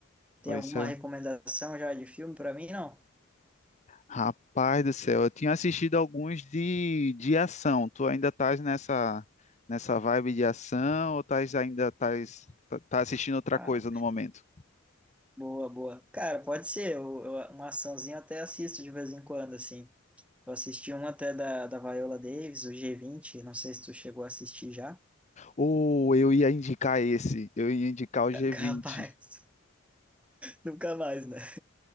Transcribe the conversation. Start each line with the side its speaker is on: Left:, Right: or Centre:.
Centre: Tem
Left: Oi,
Centre: alguma
Left: céu.
Centre: recomendação já de filme para mim? Não?
Left: Rapaz do céu, eu tinha assistido alguns de, de ação. Tu ainda estás nessa, nessa vibe de ação ou estás ainda estás tá, tá assistindo outra
Centre: Ah,
Left: coisa no momento?
Centre: boa, boa. Cara, pode ser. Eu, eu- uma açãozinha eu até assisto de vez em quando, assim. Eu assisti um até da, da Viola Davis, o g vinte. Não sei se tu chegou a assistir já.
Left: Ou eu ia indicar esse, eu ia indicar o g
Centre: <laughs> Capaz.
Left: vinte
Centre: Nunca mais, né?